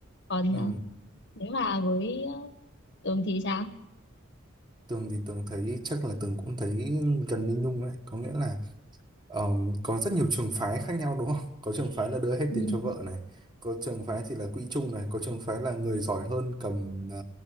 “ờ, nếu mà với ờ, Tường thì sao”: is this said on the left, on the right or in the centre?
Left